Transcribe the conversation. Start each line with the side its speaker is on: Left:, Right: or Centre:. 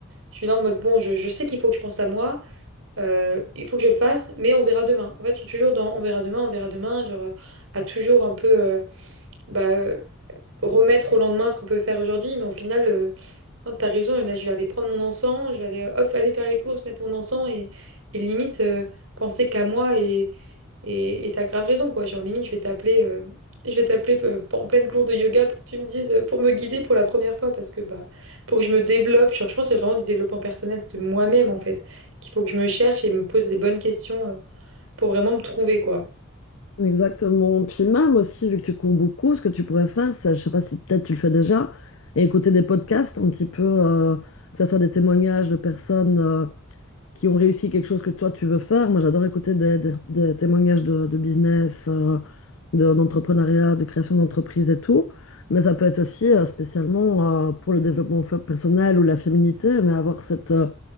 Right: je suis là en mode bon, je, je sais qu'il faut que je pense à moi. Euh, il faut que je le fasse, mais on verra demain. En fait, je suis toujours dans on verra demain, on verra demain, genre euh, à toujours un peu euh, bah, euh, remettre au lendemain ce qu'on peut faire aujourd'hui, mais au final, euh, non, t'as raison, et là, je vais aller prendre mon encens, je vais aller, euh, hop, aller faire les courses, mettre mon encens, et, et limite, euh, penser qu'à moi, et, et, et t'as grave raison, quoi. Genre, limite, je vais t'appeler, euh, je vais t'appeler euh, en pleine cours de yoga pour que tu me dises, euh, pour me guider pour la première fois, parce que, bah, pour que je me développe, genre, je pense que c'est vraiment du développement personnel de moi-même, en fait, qu'il faut que je me cherche et me pose les bonnes questions, euh, pour vraiment me trouver, quoi.
Left: Exactement. Puis même aussi, vu que tu cours beaucoup, ce que tu pourrais faire, c'est, je sais pas si peut-être tu le fais déjà, et écouter des podcasts un petit peu, euh, que ce soit des témoignages de personnes. euh, qui ont réussi quelque chose que toi tu veux faire. Moi, j'adore écouter des, des- des témoignages de, de business, euh, de- d'entrepreneuriat, de création d'entreprise et tout. Mais ça peut être aussi euh, spécialement euh, pour le développement fe- personnel ou la féminité, mais avoir cette, euh,